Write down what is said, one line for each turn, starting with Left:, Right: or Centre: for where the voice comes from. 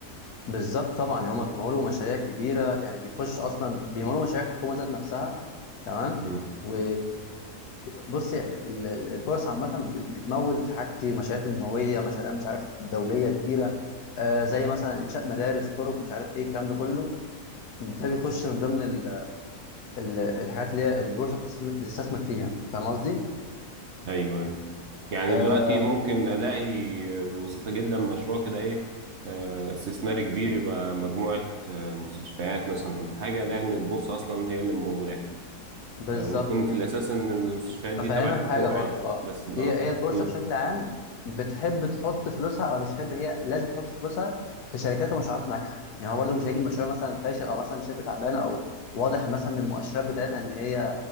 Left: بالظبط طبعا يعني هما بيمولوا مشاريع كبيره يعني بيخش اصلا بيمولوا مشاريع الحكومه ذات نفسها تمام
Right: امم
Left: و بص يعني ال- ال- ال- البورصه عامه ب- بتمول في حاجات كتير مشاريع تنمويه مشاريع مش عارف دوليه كبيره آه زي مثلا انشاء مدارس طرق مش عارف ايه الكلام ده كله ده بيخش من ضمن ال- ال- الحاجات اللي هي البورصه بتستثم- بتستثمر فيها فاهم قصدي؟
Right: ايوه ايوه يعني
Left: آه
Right: دلوقتي ممكن الاقي آه، ببساطة جدا مشروع كده ايه آه، استثماري كبير يبقى مجموعة مستشفيات مثلا ولا حاجة لأن البورصة أصلا هي اللي ممولة
Left: بالظبط
Right: آه، ويكون
Left: كده
Right: في الأساس إن المستشفيات دي
Left: افهمك
Right: تبع الحكومة
Left: حاجه برضو
Right: عادي
Left: اه
Right: بس اه
Left: هي هي البورصه
Right: مم.
Left: بشكل عام بتحب تحط فلوسها او مش بتحب هي لازم تحط فلوسها في شركات ومشروعات ناجحه يعني هو برضو مش هيجي مشروع مثلا فاشل او مثلا شركه تعبانه او واضح مثلا من المؤشرات بتاعتها ان هي